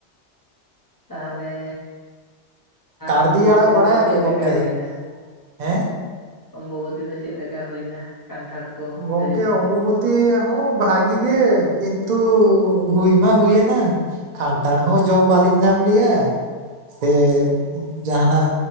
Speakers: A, on the left; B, on the right.
A: ᱛᱟᱦᱚᱞᱮ
B: ᱠᱟᱲᱫᱤ
A: ᱚᱢᱵᱚᱵᱚᱛᱤ
B: ᱟᱲᱟᱜ ᱵᱟᱲᱟᱭᱟᱯᱮ
A: ᱫᱚ ᱪᱮᱫ
B: ᱜᱚᱝᱠᱮ
A: ᱞᱮᱠᱟ ᱦᱳᱭᱱᱟ᱾
B: ᱦᱮᱸ?
A: ᱚᱢᱵᱚᱵᱚᱛᱤ ᱫᱚ ᱪᱮᱫ ᱞᱮᱠᱟ ᱦᱩᱭᱱᱟ ᱠᱟᱱᱴᱷᱟᱲ ᱠᱚ
B: ᱜᱚᱝᱠᱮ
A: ᱠᱷᱟᱹᱡᱟᱹᱲᱤ
B: ᱚᱢᱵᱚᱵᱚᱛ
A: ᱠᱚ
B: ᱛᱤ ᱦᱚᱸ ᱵᱷᱟᱜᱤ ᱜᱮ ᱠᱤᱱᱛᱩ ᱦᱩᱭ ᱢᱟ ᱦᱩᱭᱮᱱᱟ᱾ ᱠᱷᱟᱱᱴᱷᱟᱲ ᱦᱚᱸ ᱡᱚᱢ ᱵᱟᱞᱤᱧ ᱧᱟᱢ ᱞᱮᱫ-ᱟ᱾ ᱥᱮ ᱡᱟᱦᱟᱱᱟᱜ